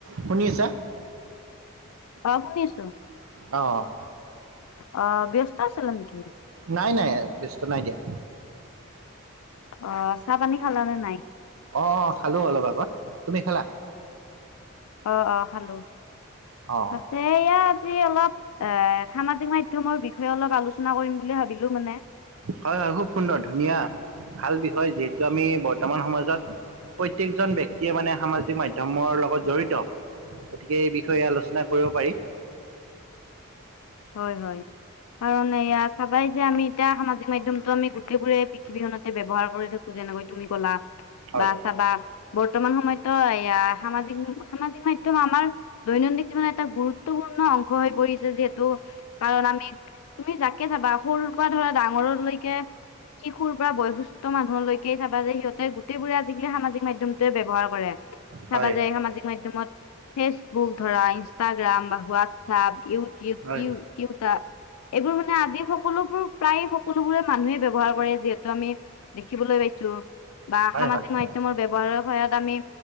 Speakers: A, on the right; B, on the left.
A: শুনি আছা-
B: অ শুনি আছো-
A: অ
B: অ ব্যস্ত আছিলা নেকি?
A: নাই নাই ব্যস্ত নাই দিয়া।
B: অ চাহ পানী খালানে নাই।
A: আহ খালো অলপ আগত তুমি খালা
B: অ অ খালো
A: অঁ
B: পিছে ইয়াত- অলপ এ সামাজিক মাধ্যমৰ বিষয়ে অলপ আলোচনা কৰিম বুলি ভাবিলো মানে
A: হয় হয় খুব সুন্দৰ ধুনীয়া ভাল বিষয় যিহেতু আমি বৰ্তমান সমাজত- প্ৰত্যেকজন ব্যক্তিয়ে মানে সামাজিক মাধ্যমৰ লগত জড়িত- গতিকে এই বিষয়ে আলোচনা কৰিব পাৰি।
B: হয় হয়। কাৰণ এয়া চবেই যে আমি এতিয়া সামাজিক মাধ্যমতটো আমি গোটেইবোৰে পৃথিৱীখনতে ব্যৱহাৰ কৰি থাকো যে যেনেকৈ তুমি কলা
A: হয়
B: বা চাবা বৰ্তমান সময়ততো এয়া সামাজিক সামাজিক মাধ্যম আমাৰ দৈনন্দিন জীৱনত এটা গুৰুত্বপূৰ্ণ অংশ হৈ পৰিছে যিহেতু। কাৰণ আমি, তুমি যাকে ভাবা সৰুৰ পৰা ধৰা ডাঙৰলৈকে শিশুৰ পৰা বয়সস্থ মানুহলৈকে চাবা যে সিহঁতে গোটেই বোৰে আজিকালি সামাজিক মাধ্যমতোৱে ব্যয়ৱহাৰ কৰে
A: হয়
B: চাবা যে সামাজিক মাধ্যমত ফেচবুক ধৰা ইনষ্টাগ্ৰাম বা হোৱাটছআপ ইউটিউব
A: হয়
B: কিউ কিউতা এইবোৰ মানে আদি সকলোবোৰ প্ৰায় সকলোবোৰ মানুহে ব্যৱহাৰ কৰে যিহেতু আমি দেখিবলৈ পাইছো বা
A: হয়
B: সামাজিক
A: হয়
B: মাধ্যমৰ ব্যৱহাৰৰ সহায়ত আমি